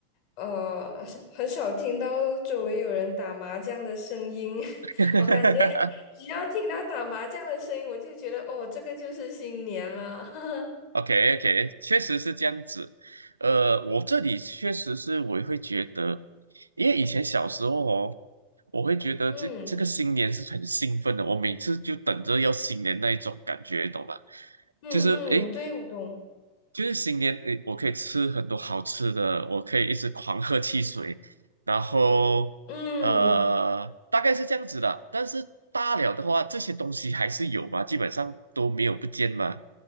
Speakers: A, on the left; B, on the right.
A: 呃是很少听到周围有人打麻将的声音，<laughs>
B: <laughs>
A: 我感觉只要听到打麻将的声音，我就觉得哦，这个就是新年了。<laughs>
B: OK OK，确实是这样子。呃，我这里确实是我会觉得，因为以前小时候哦，我会觉得这这个新年是很兴奋的，
A: 嗯
B: 我每次就等着要新年那一种感觉，懂吧？
A: 嗯嗯，
B: 就是诶，
A: 对，我懂。
B: 就是新年诶，我可以吃很多好吃的，我可以一直狂喝汽水，然后呃，
A: 嗯
B: 大概是这样子的。但是大了的话，这些东西还是有嘛，基本上都没有不见嘛。